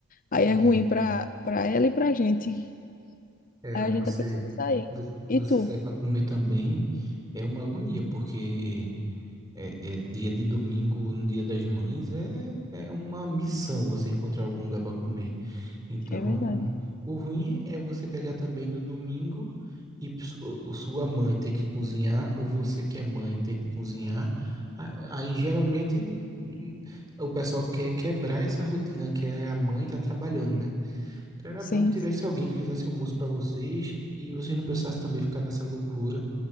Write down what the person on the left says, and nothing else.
Aí
é ruim para para ela e para a gente.
Aí
a gente tá pensando em sair.
E
tu?
É verdade.
Sim.